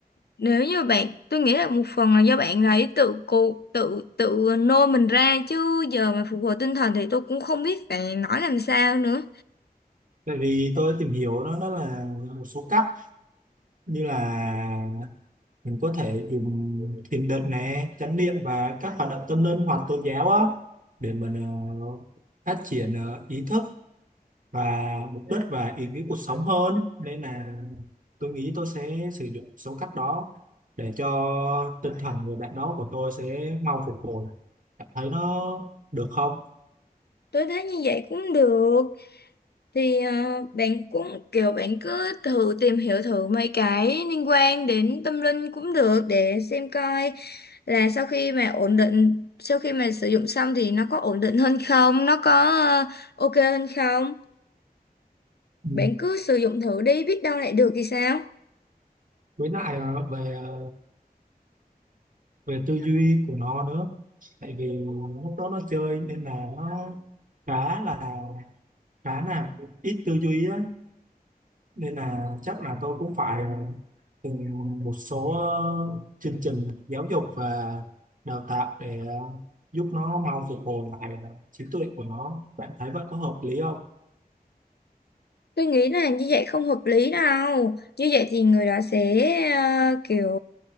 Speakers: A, on the left; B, on the right.
A: nếu như bạn tôi nghĩ là một phần là do bạn ấy tự cô tự tự nôi mình ra chứ giờ mà phục hồi tinh thần thì tôi cũng không biết phải nói làm sao nữa
B: tại vì tôi tìm hiểu đó đó là một số cách như là mình có thể dùng thiền định này chánh niệm và các hoạt động tâm linh hoặc tôn giáo á để mình ờ, phát triển ờ, ý thức và mục đích và ý nghĩa cuộc sống hơn nên là tôi nghĩ tôi sẽ sử dụng số cách đó để cho tinh thần người bạn đó của tôi sẽ mau phục hồi Bạn thấy nó được không
A: tôi thấy như vậy cũng được thì ờ, bạn cũng kiểu bạn cứ thử tìm hiểu thử mấy cái liên quan đến tâm linh cũng được để xem coi là sau khi mà ổn định sau khi mà sử dụng xong thì nó có ổn định hơn không nó có ờ, ok hơn không
B: ừ.
A: bạn cứ sử dụng thử đi biết đâu lại được thì sao
B: với lại ờ, về ờ, về tư duy của nó nữa tại vì lúc đó nó chơi nên là nó khá là khá là ít tư duy á nên là chắc là tôi cũng phải từng một số ờ, chương trình giáo dục và đào tạo để ờ, giúp nó mau phục hồi lại trí tuệ của nó bạn thấy vậy có hợp lý không
A: tôi nghĩ là như vậy không hợp lý đâu như vậy thì người đó sẽ ờ, kiểu